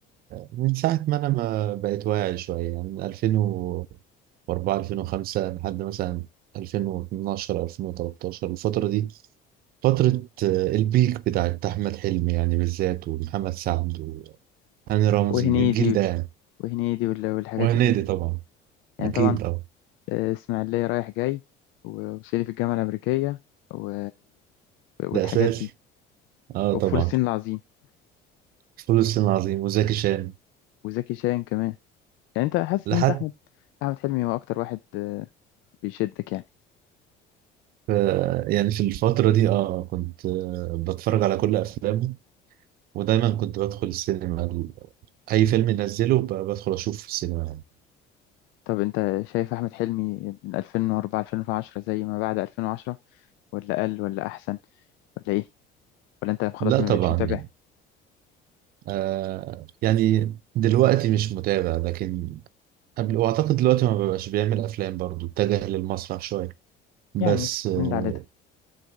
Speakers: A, on the right; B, on the left.
A: من ساعة ما أنا ما بقيت واعي شوية يعني من 2004 2005 لحد مثلا 2012 2013 الفترة دي فترة آه، البيك بتاعت أحمد حلمي يعني بالذات ومحمد سعد وهاني رمزي
B: وهنيدي
A: الجيل ده يعني
B: وهنيدي وال- والحاجات
A: وهنيدي
B: اللي دي
A: طبعا
B: يعني
A: أكيد
B: طبعا
A: أه
B: آه، اسماعيلية رايح جاي و- وسيلي في الجامعة الأمريكية و... والحاجات
A: ده أساسي
B: دي
A: أه طبعا
B: وفول الصين العظيم
A: فول الصين العظيم وزكي شان
B: وزكي شاهين كمان يعني أنت حاسس
A: لحد
B: إن أنت أحمد أحمد حلمي هو أكتر واحد آه، بيشدك يعني
A: آه، يعني في الفترة دي أه كنت آه، بتفرج على كل أفلامه ودايما كنت بدخل السينما ال- أي فيلم ينزله ب- بدخل أشوف في السينما يعني.
B: طب أنت شايف أحمد حلمي من 2004 2010 زي ما بعد 2010 ولا أقل ولا أحسن ولا إيه ولا أنت خلاص
A: لا
B: ما
A: طبعا
B: بقتش متابع
A: يعني آه يعني دلوقتي مش متابع لكن قبل وأعتقد دلوقتي ما ببقاش بيعمل أفلام برضو اتجه للمسرح شوية بس
B: يعني
A: آه
B: من ده على ده